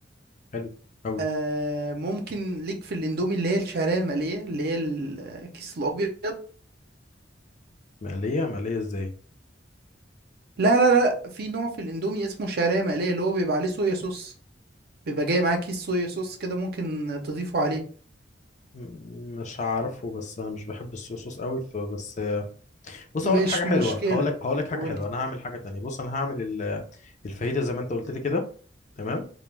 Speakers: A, on the left (about 40°); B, on the right (about 55°).
A: حلو قوي
B: آه ممكن ليك في الاندومي اللي هي الشعريه المقليه اللي هي الكيس الابيض
A: مقلية مقلية ازاي
B: لا لا لا في نوع في الاندومي اسمه شعريه مقليه اللي هو بيبقى عليه صويا صوص بيبقى جاي معاه كيس صويا صوص كده ممكن تضيفه عليه
A: م- مش عارفه بس انا مش بحب الصوص قوي فبس بص
B: مش
A: اقول لك حاجه حلوه
B: مشكلة
A: هقول لك هقول لك حاجه
B: قولي
A: حلوه انا هعمل حاجه تانية بص انا هعمل ال- الفاهيتا زي ما انت قلت لي كده تمام